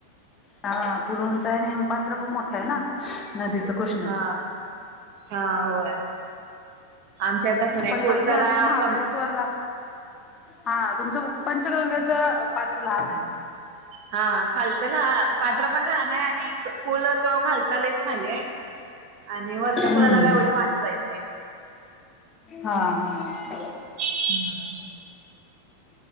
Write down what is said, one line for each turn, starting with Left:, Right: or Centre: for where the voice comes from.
Left: हा फुलोंचा नेमपात्र पण मोठा आहे ना. नदीच कृष्णाच.
Right: हा हा होय आमच्या इथं तसं नाही
Left: पण
Right: पूल
Left: कस
Right: जरा
Left: झालंय महाबळेश्वरला
Right: कम
Left: हा तुमचं पंचगंगेचं पात्र लहान आहे.
Right: हा खालचं ल पात्र पण लहान आहे आणि फूलं तो खालचालच खाले. आणि वरच्या
Left: हम्म
Right: पुलाला काय एवढं पाणी जात नाही.
Left: हा हा ह.
Right: हम्म.